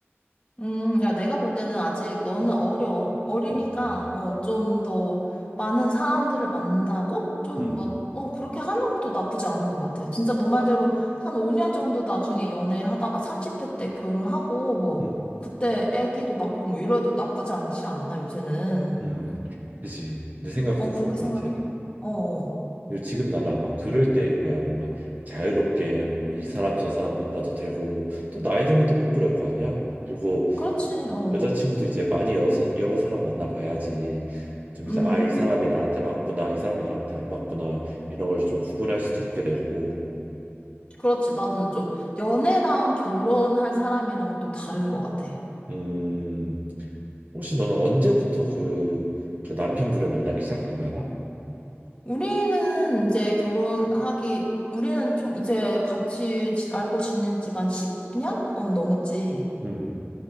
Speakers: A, on the left (about 25°); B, on the right (about 35°).
A: 음, 야, 내가 볼 때는 아직 너는 어려. 어리니까,
B: 음,
A: 어, 좀 더 많은 사람들을 만나고, 좀
B: 음,
A: 막, 어, 그렇게 하는 것도 나쁘지 않은 것 같아. 진짜 너 말대로 한 5년 정도 나중에 연애하다가 30대 때 결혼하고, 뭐,
B: 음,
A: 그때 애기도 낳고, 뭐, 이래도 나쁘지 않지 않나, 요새는.
B: 음. 그지. 내 생각도
A: 어,
B: 그런
A: 그렇게
B: 것
A: 생각해.
B: 같아.
A: 어, 어.
B: 요- 지금 나는 아마 그럴 때일 거야. 뭔가 자유롭게 뭐 이 사람 저 사람 만나도 되고 또 나이 들면 또 못 그럴 거 아니야. 그리고
A: 그렇지, 어.
B: 여자친구도 이제 많이 여서, 여러 사람 만나 봐야지 좀 이제
A: 음,
B: 아 이 사람이 나한테 맞구나 이 사람이 나한테 안 맞구나 이런 걸 좀 구분할 수도 있게 되고
A: 그렇지. 나는 좀 연애랑 결혼할 사람이랑은 또 다른 것 같아.
B: 음 혹시 너는 언제부터 그, 그 남편분을 만나기 시작한 거야?
A: 우리는 이제 결혼하기, 우리는 좀 이제 같이 지- 알고 지낸 지가 한 10년? 어, 넘었지.
B: 음,